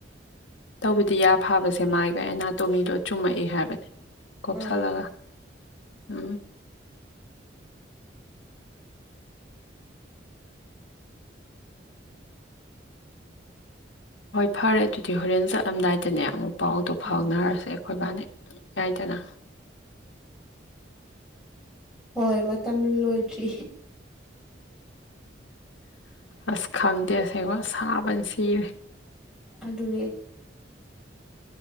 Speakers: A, on the left; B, in the centre.
A: ꯇꯧꯕꯗꯤ ꯌꯥ ꯐꯥꯕꯁꯦ ꯃꯥꯏꯕ ꯑꯅꯥꯇꯣꯃꯤꯗꯣ ꯆꯨꯝꯃꯛꯏ ꯍꯥꯏꯕꯅꯦ ꯀꯐꯁꯥ
B: ꯎꯝ
A: ꯂ ꯎꯝ ꯍꯣꯏ ꯐꯔꯦ ꯑꯗꯨꯗꯤ ꯍꯣꯔꯦꯟ ꯆꯠꯂꯝꯗꯥꯏꯗꯅꯦ ꯑꯃꯨꯛ ꯄꯥꯎꯗꯣ
B: ꯎꯝ
A: ꯐꯥꯎꯅꯔꯁꯦ ꯑꯩꯈꯣꯏꯕꯥꯅꯤ ꯌꯥꯥꯏꯗꯅ
B: ꯍꯣꯏ ꯃꯇꯝ ꯂꯣꯏꯗ꯭ꯔꯤ
A: ꯑꯁ ꯈꯪꯗꯦ ꯑꯁꯦꯡꯕ ꯑ ꯁꯥꯕꯅ ꯁꯤꯔꯦ
B: ꯑꯙꯅꯤ